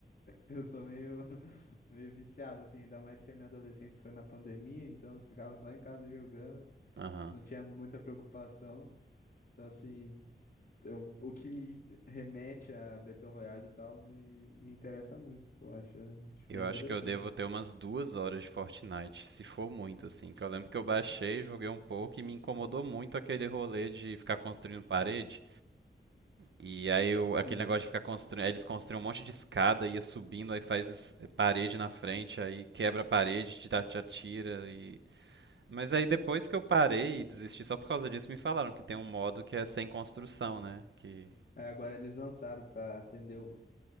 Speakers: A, on the left; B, on the right.
A: Eu sou meio, <laughs> meio viciado, assim, ainda mais que a minha adolescência foi na pandemia, então eu ficava só em casa jogando,
B: Aham.
A: não tinha muita preocupação. Então, assim eu- o que me remete a Battle Royale e tal me, me interessa muito, pô, acho, acho
B: Eu
A: bem interessante.
B: acho que eu devo ter umas duas horas de Fortnite, se for muito, assim. Que eu lembro que eu baixei, joguei um pouco e me incomodou muito aquele rolê de ficar construindo parede. E aí eu-
A: Sim.
B: aquele negócio de ficar construindo. Aí eles construíam um monte de escada, ia subindo, aí faz parede na frente, aí quebra a parede, te dá- te atira e. Mas aí depois que eu parei e desisti só por causa disso, me falaram que tem um modo que é sem construção, né? Que
A: Aí agora eles lançaram pra atender o.